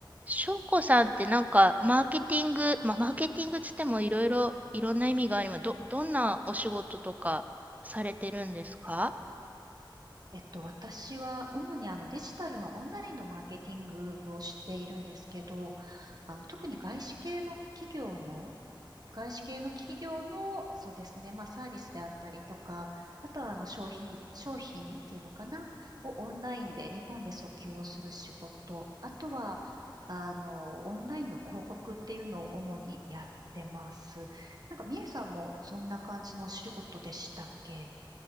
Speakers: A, on the right (about 20°); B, on the right (about 50°).
A: 翔子さんってなんか、マーケティング、まあ、マーケティングつってもいろいろ、いろんな意味があります。ど、どんなお仕事とかされてるんですか
B: えっと、私は主にあのデジタルのオンラインのマーケティングをしているんですけど、あの特に外資系の企業の、外資系の企業の、そうですね、まあサービスであったりとか、あとはあの商品、商品っていうのかな、をオンラインで日本で訴求をする仕事、あとは、あの、オンラインの広告っていうのを主にやってます。なんか、みえさんもそんな感じのお仕事でしたっけ